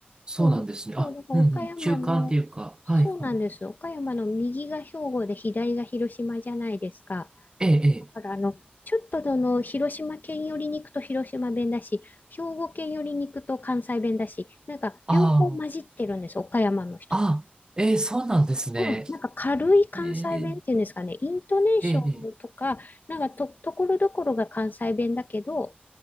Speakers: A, on the right (about 20°); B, on the left (about 60°).
A: そうなんですね。
B: そう、そう、
A: あ、
B: だから岡山の、
A: うんうん。中間っていうか。
B: そうなんです。
A: はいはい。
B: 岡山の右が兵庫で左が広島じゃないですか。
A: ええ、ええ。
B: だからあの、ちょっとその広島県寄りに行くと広島弁だし、兵庫県寄りに行くと関西弁だし、なんか両方混じってるんです、
A: あ
B: 岡山の人が。
A: あ、あ、ええ、そうなんですね。
B: うん、なんか軽い関西弁っていうんですかね、
A: ええ、
B: イントネーションとか、
A: ええ、ええ
B: なんかと、ところどころが関西弁だけど、